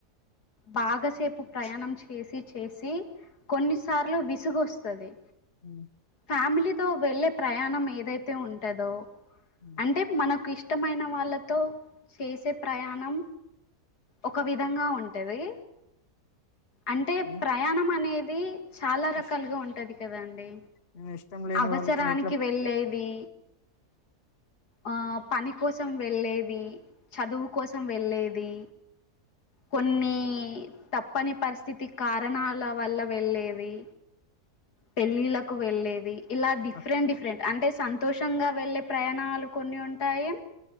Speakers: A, on the left (about 80°); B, on the left (about 45°).
A: బాగసేపు ప్రయాణం చేసి చేసి కొన్నిసార్లు విసుగొస్తది
B: హ్
A: ఫ్యామిలీతో వెళ్ళే ప్రయాణం ఏదైతే ఉంటదో
B: హ్మ్.
A: అంటే మనకు ఇష్ ఇష్టమైన వాళ్ళతో చేసే ప్రయాణం ఒక విధంగా ఉంటది. అంటే
B: ఏ
A: ప్రయాణం అనేది చాలా రకాలుగా
B: ఇష్
A: ఉంటది కదండి.
B: నేను ఇష్టం లేని
A: అవసరానికి
B: వాళ్ళతో ఎట్లా
A: వెళ్లేది ఆ పని కోసం వెళ్ళేది, చదువు కోసం వెళ్ళేది. కొన్నీ తప్పని పరిస్థితి కారణాల వల్ల వెళ్ళేవి. పెళ్ళిళ్ళకు వెళ్ళేవి. ఇలా డిఫరెంట్
B: ఆ!
A: డిఫరెంట్ అంటే సంతోషంగా వెళ్ళే ప్రయాణాలు కొన్ని ఉంటాయి.